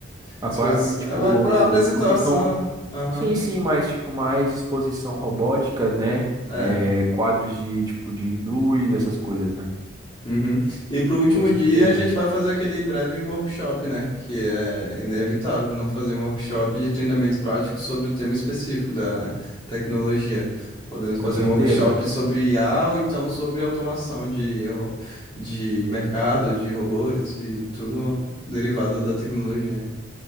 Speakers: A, on the right; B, on the left.
A: A
B: Expos...
A: pa- aí, Tipo,
B: eh, Vai para apresentação.
A: exposição.
B: Aham.
A: Sim, sim, mas tipo, mais exposição robótica, né?
B: É.
A: É, quadros de tipo de luz, essas coisas, né?
B: Uhum. E pro último
A: Com certeza.
B: dia a gente vai fazer aquele breve workshop, né? Que é inevitável não fazer um workshop de treinamento prático sobre o tema específico da tecnologia. Podemos
A: Com
B: fazer
A: certeza.
B: um workshop sobre IA ou então sobre automação de, ro- de mercado, de robôs e tudo derivado da tecnologia.